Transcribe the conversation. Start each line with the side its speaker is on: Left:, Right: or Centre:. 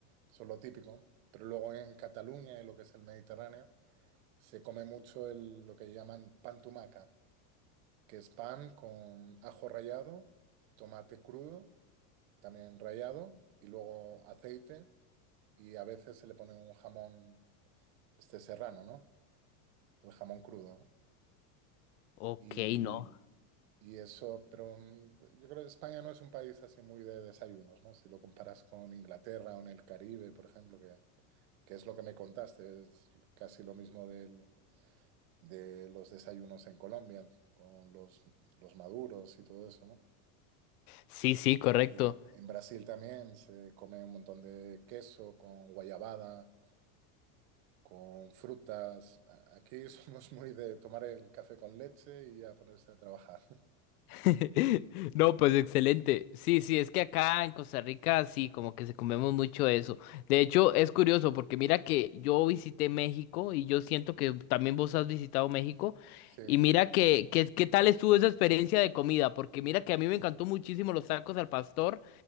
Right: eso es lo típico. Pero luego en Cataluña y lo que es el Mediterráneo, Se come mucho el, lo que llaman pan tumaca, que es pan con ajo rallado, tomate crudo, también rallado, y luego aceite, y a veces se le pone un jamón este serrano, ¿no? El jamón crudo, ¿no?
Left: Ok,
Right: Y,
Left: no.
Right: y eso, pero mm, yo creo que España no es un país así muy de desayunos, ¿no? Si lo comparas con Inglaterra o en el Caribe, por ejemplo, que, que es lo que me contaste, es casi lo mismo del de los desayunos en Colombia, con los, los maduros y todo eso, ¿no?
Left: Sí, sí, correcto.
Right: Y en Brasil también se come un montón de queso con guayabada, con frutas. A- Aquí <laughs> somos muy de tomar el café con leche y a ponerse a trabajar. <laughs>
Left: <laughs> No, pues excelente. Sí, sí, es que acá en Costa Rica sí, como que se comemos mucho eso. De hecho, es curioso porque mira que yo visité México y yo siento que también vos has visitado México
Right: Sí,
Left: y mira que, que qué tal estuvo esa experiencia de comida, porque mira que a mí me encantó muchísimo los tacos al pastor